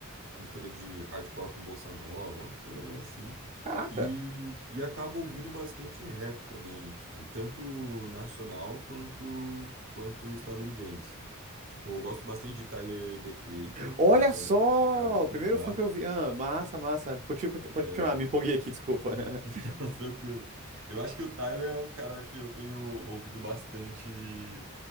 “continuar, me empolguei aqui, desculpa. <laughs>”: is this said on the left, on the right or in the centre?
Right